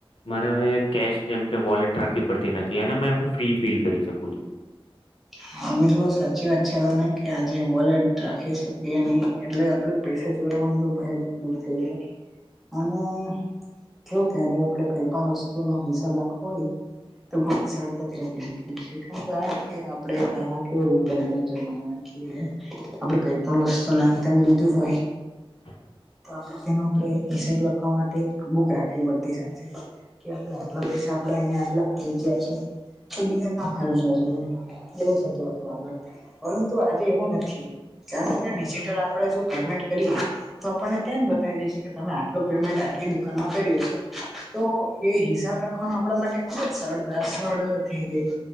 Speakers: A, on the left; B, in the centre.
A: મારે હવે કેશ જેમ કે વોલેટ રાખવી પડતી નથી અને મે હું ફ્રી ફીલ કરી શકું છું
B: હા બિલકુલ સાચી વાત છે તને કે આજે બોલેટ રાખી શકીએ નહી એટલે આપડું પૈસા ચોરાવાનો તો ભય જ દૂર થઈ જાય અને જો કે આજે આપડે કઈ પણ વસ્તુ નો હિસાબ રાખવો હોય તો ખૂબ જ સડતાથી રાખી શકે શ જા કે આપડે પેલા કેવું જમાનામાં આપડે ક પણ વસ્તુ નામ તેમ લીધું હોય
A: <inaudible>
B: તો આપણે તેનો આપણે હિસાબ લખવા માટે બુક રાખવી પડતી સાથે કે આપણે આટલા પૈસા આપડે અહિયાં આટલા ખરીચ્યા છે બીજા હજજ એવું થતું હતું આગળ પરંતુ આજે એવું નથી કારણ કે ડિજિટલ આપણેે જો પેમેન્ટ કરીએ તો આપણને ત્યાં જ બતાવી દેશે કે તમે આટલું પેમેન્ટ આટલી દુકાનમાં કર્યું છે તો એ હિસાબ રાખવાનું આપણા માટે ખુબ જ સરળતા સરળ થઈ ગઈ